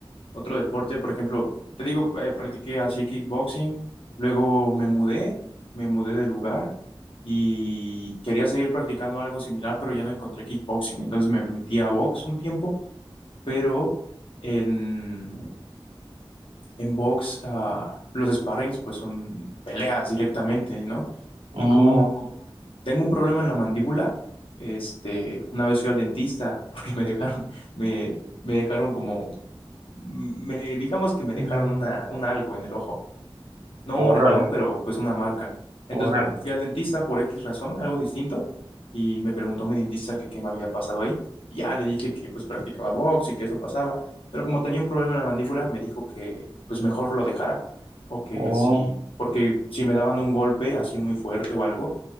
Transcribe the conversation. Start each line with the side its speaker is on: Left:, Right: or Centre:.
Left: otro deporte, por ejemplo, te digo, eh, practiqué así kickboxing, luego me mudé, me mudé de lugar y quería seguir practicando algo similar, pero ya no encontré kickboxing, entonces me metí a box un tiempo. pero en, en box ah, los sparrings pues son peleas directamente, ¿no?
Right: Mm,
Left: Y como tengo un problema en la mandíbula, este, una vez fui al dentista <laughs> porque me dejaron, me, me dejaron como, me, digamos que me dejaron
Right: mm,
Left: una, un algo en el ojo no
Right: órale,
Left: un moretón, pero pues una marca. Entonces
Right: órale.
Left: fui al dentista por X razón, algo distinto, y me preguntó mi dentista que qué me había pasado ahí. Y Ya le dije que pues practicaba box y que eso pasaba, pero como tenía un problema en la mandíbula, me dijo que pues mejor lo dejara, o que
Right: Oh,
Left: si, porque si me daban un golpe así muy fuerte o algo,